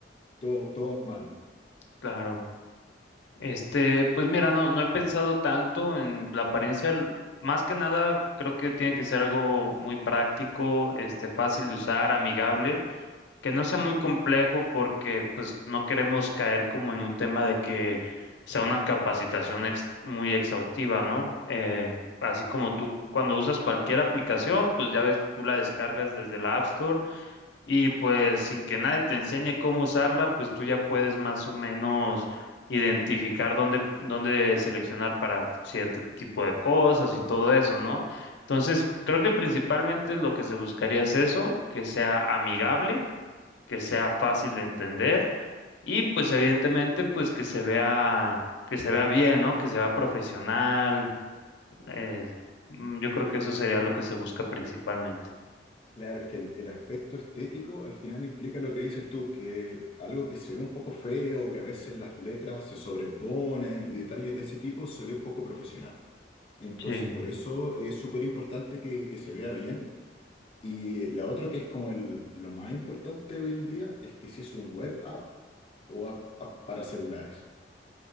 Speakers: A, on the left; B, on the left.
A: todo, todo mal.
B: claro. Este, pues mira, no, no he pensado tanto en la apariencia. l- Más que nada, creo que tiene que ser algo muy práctico, este, fácil de usar, amigable, que no sea muy complejo porque pues no queremos caer como en un tema de que sea una capacitación ex- muy exhaustiva, ¿no? Eh, así como tú cuando usas cualquier aplicación, pues ya ves que tú la descargas desde la App Store y pues sin que nadie te enseñe cómo usarla, pues tú ya puedes más o menos identificar dónde, dónde seleccionar para cierto tipo de cosas y todo eso, ¿no? Entonces, creo que principalmente lo que se buscaría es eso, que sea amigable, que sea fácil de entender y pues evidentemente pues que se vea, que se vea bien, ¿no? Que se vea profesional. eh, mm, yo creo que eso sería lo que se busca principalmente.
A: Claro, es que el, el aspecto estético al final implica lo que dices tú, que algo que se ve un poco feo, que a veces las letras se sobreponen y detalles de ese tipo se ve poco profesional. Entonces,
B: Sí.
A: por eso es súper importante que, que se vea bien. Y la otra que es como el, lo más importante hoy en día es que si es un web app o app, app para celulares.